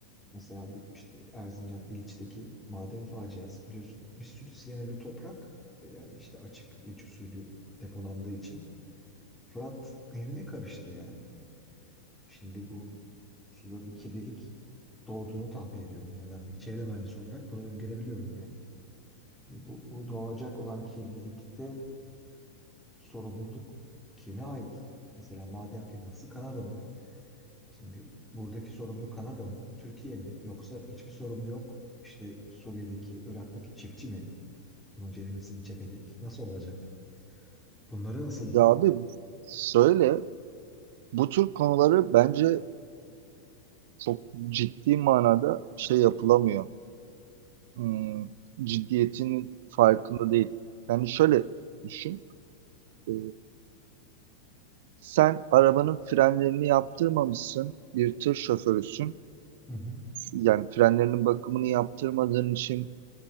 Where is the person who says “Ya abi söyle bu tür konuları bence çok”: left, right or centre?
Right